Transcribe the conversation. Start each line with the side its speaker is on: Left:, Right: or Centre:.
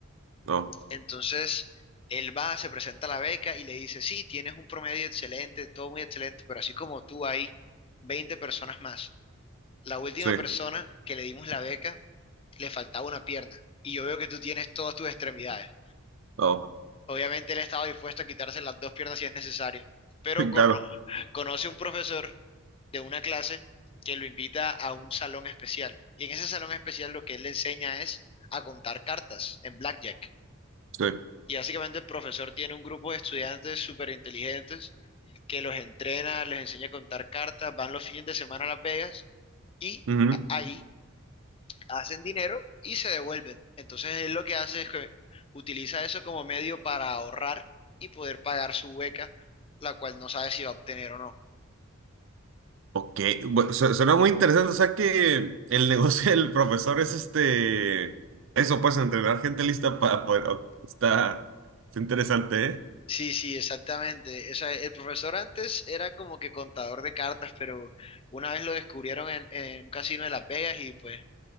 Right: Oh,
Left: Entonces él va, se presenta a la beca y le dice, sí, tienes un promedio excelente, todo muy excelente, pero así como tú hay 20 personas más. La última
Right: sí.
Left: persona que le dimos la beca le faltaba una pierna y yo veo que tú tienes todas tus extremidades.
Right: Oh,
Left: Obviamente él estaba dispuesto a quitarse las dos piernas si es necesario, pero
Right: <laughs>
Left: cono-
Right: claro,
Left: conoce un profesor de una clase que lo invita a un salón especial. Y en ese salón especial lo que él le enseña es a contar cartas en blackjack.
Right: sí.
Left: Y básicamente el profesor tiene un grupo de estudiantes súper inteligentes que los entrena, les enseña a contar cartas, van los fines de semana a Las Vegas y
Right: ujú.
Left: a- ahí hacen dinero y se devuelven. Entonces él lo que hace es que utiliza eso como medio para ahorrar y poder pagar su beca, la cual no sabe si va a obtener o no.
Right: Ok, bueno, su- suena muy interesante. O sea que el <laughs> negocio del profesor es este, eso, pues, entrenar gente lista para poder. ok, está, está interesante, ¿eh?
Left: Sí, sí, exactamente. O sea, el profesor antes era como que contador de cartas, pero una vez lo descubrieron en, en un casino de Las Vegas y pues